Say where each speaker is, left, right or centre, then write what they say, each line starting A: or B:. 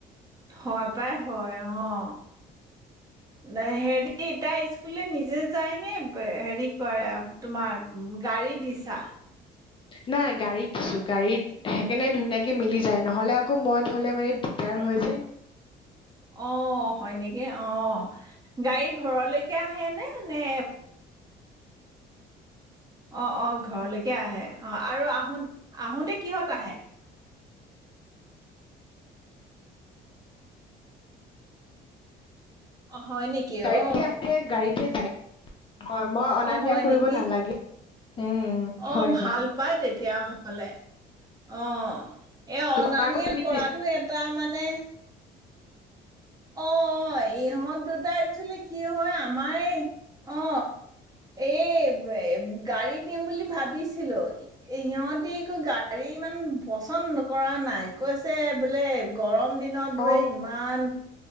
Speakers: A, on the right; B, on the left.
A: হয় পাই। হয় অ', ন হে তাই স্কুললে নিজে যাইনে? হেৰি কৰে তোমাৰ গাড়ী দিছা?
B: নাই গাড়ীত দিছো। গাড়ীত সেইকাৰণনে ধুনীয়াকে মিলি যায়। নহলে আকৌ মই থলে মানে দিগদাৰ হয় যে।
A: অহ হয় নেকি? অ', গাড়ী ঘৰলৈকে আহেনে? নে অ', অ', ঘৰলৈ কে আহে অ', আৰু আহো-আহোতে কিহত আহে? অ', হয় নেকি?
B: গাড়ীতে
A: অ'।
B: আহে গাড়ীতে যায়। হয়, মই অনা-নিয়া
A: অ', হয়
B: কৰিব
A: নেকি
B: নালাগে। উম উম
A: অ
B: হয়
A: ভাল
B: হয়
A: পাই দে তেতিয়া হ'লে অ এ
B: তোমাৰ
A: অনা
B: আকৌ
A: নিয়া
B: তুমি
A: কৰাতটো এটা মানে অ ইহঁত দুটা একচোৱেলি কি হয় আমাৰ এই অ এই গাড়ী দিম বুলি ভাবিছিলো ইিহঁতি একো গাড়ী ইমান পচন্দ কৰা নাই কৈছে বোলে গৰম দিনত
B: অ
A: বে ইমান